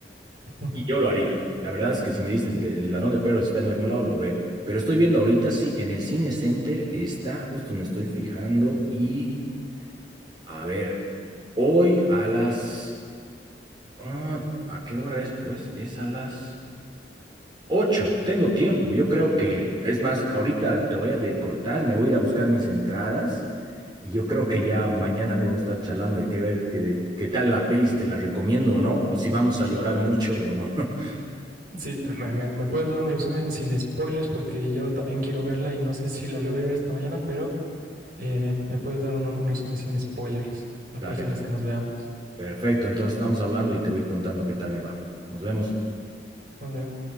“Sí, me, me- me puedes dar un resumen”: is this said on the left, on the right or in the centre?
Right